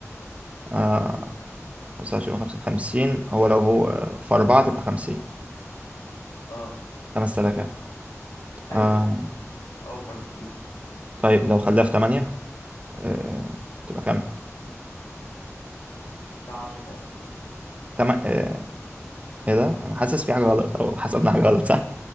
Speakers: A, on the right (about 25°); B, on the left (about 90°).
A: آه،
B: إيه،
A: خمسة وعشرين وخمسة خمسين هو لو هو آه، في أربعة تبقى خمسين
B: اه
A: خمس آلاف يعني
B: حلو
A: آه
B: حلو اوفر بكتير
A: طيب لو خلاها في تمانية آه تبقى كام؟
B: بتاع 10000 مثلا
A: تم... آه إيه ده؟ أنا حاسس في حاجة غلط أو حسبنا حاجة غلط صح؟